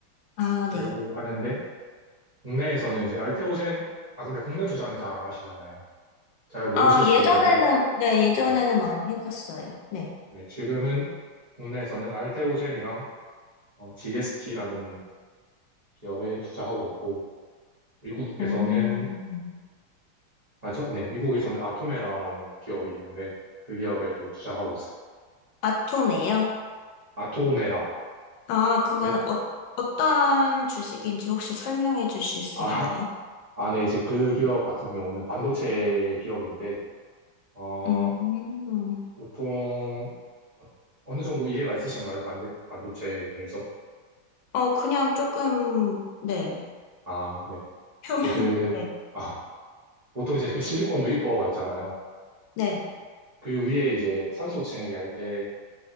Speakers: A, on the left (about 75°); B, on the right (about 60°).
A: 아,
B: 하려고
A: 네.
B: 하는데, 국내에서는 이제 알테오젠, 아, 근데 국내 투자는 잘 안 하시잖아요. 잘 모르실
A: 아,
B: 수도
A: 예전에는,
B: 있는데,
A: 네, 예전에는
B: 네.
A: 많이 했었어요. 네.
B: 네, 지금은 국내에서는 알테오젠이랑 GST라는 기업에 투자하고 있고, 미국에서는,
A: 음.
B: 아, 저, 네, 미국에서는 아토메라라는 기업이 있는데, 그 기업에 또 투자하고 있습니다.
A: 아톰이에요?
B: 아토메라.
A: 아, 그건
B: 네.
A: 어, 어떤 주식인지 혹시 설명해 주실 수
B: 아,
A: 있나요?
B: 아, 네, 이제 그 기업 같은 경우는 반도체 기업인데, 어,
A: 음.
B: 보통 어- 어느 정도 이해가 있으신가요? 반대, 반도체에 대해서?
A: 어, 그냥 조금, 네.
B: 아, 네.
A: <laughs> 표면,
B: 네, 그,
A: 네.
B: 아, 보통 이제 그 실리콘 웨이퍼가 있잖아요.
A: 네.
B: 그 위에 이제 산소층을 얇게